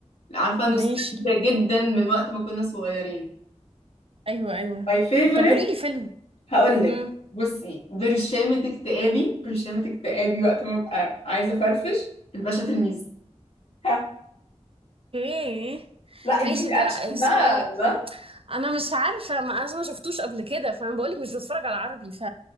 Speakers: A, on the left; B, on the right.
A: عارفة نوستالجيا
B: ماشي
A: جدا من وقت ما كنا صغيرين
B: ايوه ايوه
A: my favorite
B: طب قوليلي فيلم
A: هقولك
B: امم
A: بصي برشامة اكتئابي برشامة اكتئابي وقت ما ببقى عايزة افرفش الباشا تلميذ ها.
B: ايه
A: لا دي
B: ماشي ده
A: اكشن
B: اسمه
A: بقى
B: ايه
A: لا
B: انا مش عارفه ما انا ما شفتوش قبل كده فانا بقولك مش بتفرج على عربي ف